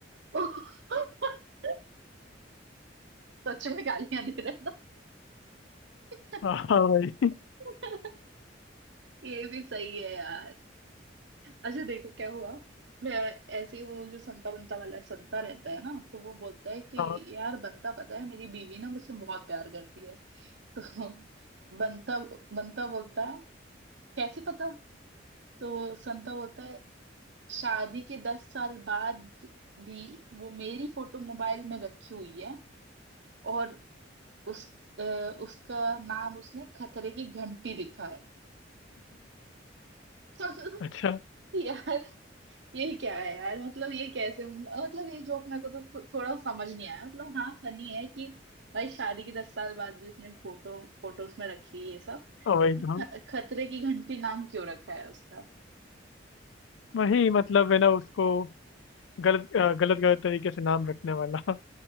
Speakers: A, on the right; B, on the left.
A: <laughs> सच में गालियां दे रहा था
B: हाँ हाँ, वही
A: <laughs> ये भी सही है यार अच्छा देखो क्या हुआ मैं ऐसे ही वो जो संता बनता वाला संता रहता है ना तो वो बोलता है कि
B: हाँ
A: यार बंता पता है मेरी बीवी ना मुझसे बहुत प्यार करती है <laughs> तो बंता बंता बोलता है कैसे पता तो संता बोलता है शादी के दस साल बाद भी वो मेरी फोटो मोबाइल में रखी हुई है और उस अ, उसका नाम उसने खतरे की घंटी लिखा है <laughs>
B: अच्छा
A: यार ये क्या है यार मतलब ये कैसे मतलब ये जोक मेरे को तो खु- थोड़ा समझ नहीं आया मतलब हाँ फनी है कि भाई शादी के दस साल बाद भी उसने फोटो फोटोज में रखी है ये सब
B: हाँ, वही तो हाँ,
A: ख- खतरे की घंटी नाम क्यों रखा है उसका
B: वही मतलब है ना उसको गलत अ, गलत गलत तरीके से नाम रखने वाला